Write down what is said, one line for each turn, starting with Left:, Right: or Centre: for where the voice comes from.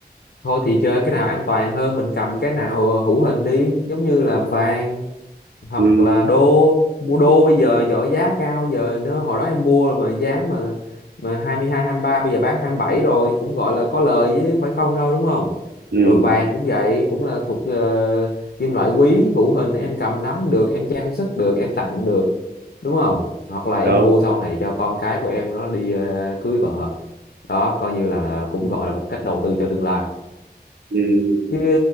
Left: thôi thì chơi cái nào an toàn hơn mình cầm cái nào hữu hình đi giống như là vàng hoặc
Right: ừ,
Left: là đô mua đô bây giờ trời ơi, giá cao giờ nó hồi đó em mua mà giá mà mà hai mươi hai hai mươi mươi ba bây giờ bán 27 rồi cũng gọi là có lời chứ phải không đâu đúng không
Right: ừ,
Left: rồi vàng cũng vậy cũng là thuộc ờ, kim loại quý hữu hình em cầm nắm được em trang sức được em tặng được đúng không hoặc là em
Right: đâu
Left: mua sau này cho con cái của em nó đi ờ, cưới vợ đó coi như là cũng gọi là một cách đầu tư cho tương lai
Right: ừ.
Left: chứ